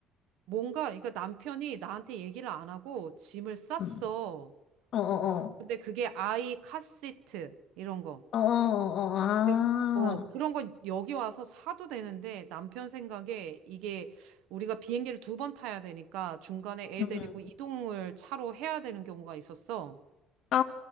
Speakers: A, on the right; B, on the left.
A: 뭔가, 그러니까 남편이 나한테 얘기를 안 하고 짐을 쌌어.
B: 응. 어어어.
A: 근데 그게 아이 카시트, 이런 거.
B: 어어어. 아.
A: 근데, 어, 그런 건 여기 와서 사도 되는데 남편 생각에 이게 우리가 비행기를 두 번 타야 되니까 중간에 애
B: 응응.
A: 데리고 이동을 차로 해야 되는 경우가 있었어.
B: 아,